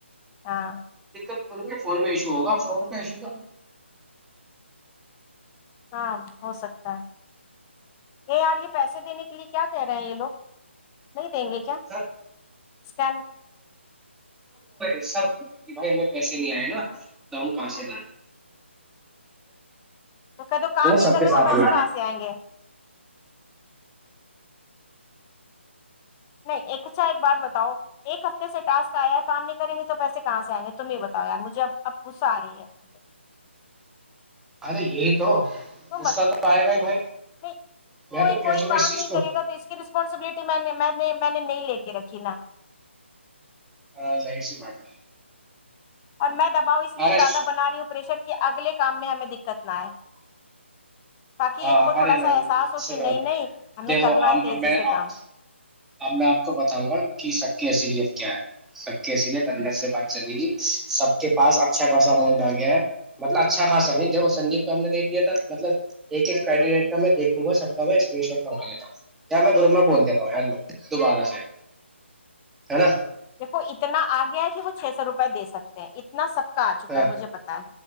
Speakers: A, on the left; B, in the centre.
A: ہاں
B: دت فون میں ایشو ہوگا ف کا ایشو
A: ہاں ہو سکتا ہے ا یار یہ پیسے دینے کے لیے کیا کہہ رہے ہیں یہ لوگ نہیں دیں گے کیا
B: سر
A: اسکین
B: ایسا کہ بھائی ہمیں پیسے نہیں آئے نا تو ہم کہاں سے دیں
A: تو کہ تو کام
B: وہ
A: نہیں
B: سب
A: کر
B: کے
A: رہے
B: ساتھ
A: تو پیسے
B: میں
A: کہاں سے آئیں گے نہیں ایک اچھا ایک بات بتاؤ ایک ہفتے سے ٹاسک آیا ہے کام نہیں کریں گے تو پیسے کہاں سے آئیں گے تم ہی بتاؤ یار مجھے اب اب غصہ آ رہی ہے سے
B: ارے یہی تو
A: تو
B: غصہ
A: مت
B: آئے گا ہی بھائی
A: نہیں
B: میں
A: کوئی
B: تو کہہ
A: کوئی
B: چکا
A: کام
B: اس چیز
A: نہیں
B: کو
A: کرے گا تو اس کی رسپانسبلٹی میں نے میں نے نہیں لے کے رکھی نا
B: ہاں ظاہر سی بات ہے
A: اور میں بؤ اس لیے
B: ارے
A: زیادہ بنا رہی ہوں پریشر کی اگلے کام میں ہمیں دقت نہ آئے تاکہ
B: ہاں
A: ان کو تھوڑا
B: ارے نہیں
A: سا احساس ہو
B: سنو
A: کہ نہیں نہیں ہمیں
B: دیکھو
A: کرنا
B: اب
A: ہے تیزی
B: میںپ
A: سے کام
B: اب میں آپ کو بتاؤں گا کہ سب کی ای س لیت کیا ہے سب کے اس لیے اندر سے بات چلے گی سب کے پاس اچھا خاصا امونٹ آ گیا ہے مطلب اچھا خاصا نہیں دیکھو سنجیپ کا ہم نے دیکھ لیا تھا مطلب ایک ایکڈیڈیٹ کا دیکوں گا سب کا میں اسکرین شاٹ منگا لیتا ہوں میں گروپ میں بول دیتا ہوں لو دوبارہ سے ہے نا
A: دیکھو اتنا آ گیا ہے کہ وہ چھ سو روپئے دے سکتے ہیں اتنا سب کا آ چکا
B: ہاں
A: ہے مجھے پتا ہے